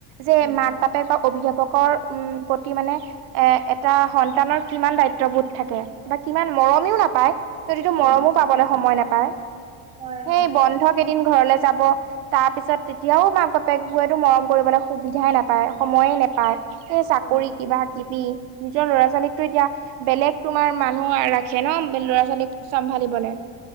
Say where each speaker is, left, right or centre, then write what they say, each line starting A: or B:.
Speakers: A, on the right (about 80°); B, on the right (about 15°).
A: যে
B: অ
A: মাক বাপেক বা অভিভাৱকৰ উম প্ৰতি মানে এ এটা সন্তানৰ কিমান দায়িত্ববোধ থাকে বা কিমান মৰমেও নাপায়। যদিতো মৰমো
B: অ
A: পাবলৈ সময় নাপায়
B: হয়
A: সেই
B: হয়
A: বন্ধ কেইদিন ঘৰলৈ যাব তাৰ পিছত তেতিয়াও মাক বাপেক বোতো মৰম কৰিবলৈ সুবিধাই নাপায় সময়ে নাপায়। এ চাকৰি
B: হয়
A: কিবা কিবি নিজৰ ল'ৰা ছোৱালীকতো এতিয়া বেলেগ তোমাৰ মানুহ ৰাখে ন ল'ৰা ছোৱালীক চম্ভালিবলে